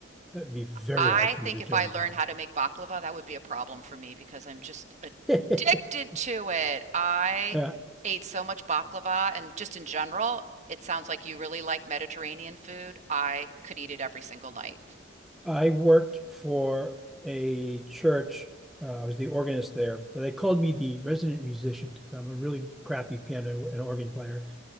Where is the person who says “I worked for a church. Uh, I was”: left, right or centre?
Centre